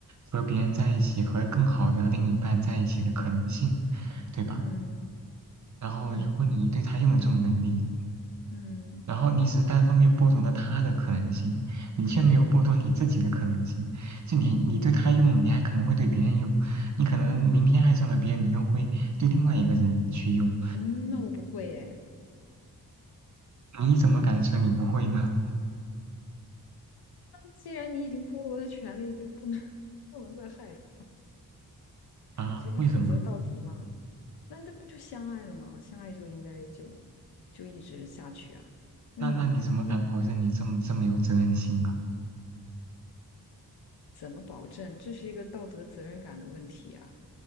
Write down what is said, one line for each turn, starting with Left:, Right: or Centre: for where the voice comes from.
Right: 和别人在一起和更好的另一半在一起的可能性，对吧？
Left: 嗯
Right: 然后如果你对他用了这种能力，
Left: 嗯嗯。
Right: 然后你只是单方面剥夺了他的可能性，你却没有剥夺你自己的可能性。
Left: 嗯
Right: 就你，你对他用了，你还可能会对别人用，你可能明天爱上了别人，你又会对另外一个人去用，
Left: 嗯，那我不会耶。
Right: 你怎么敢说你不会呢？
Left: 那既然你已经剥夺他权利，就不能 <laughs> 不能再害他，
Right: 啊，
Left: 就应该负责到底嘛。
Right: 为什么？
Left: 那这不就相爱了吗？相爱就应该就就一直下去啊。那你你
Right: 那那你怎么敢保证你这么这么有责任心啊？
Left: 怎么保证？这是一个道德责任感的问题啊。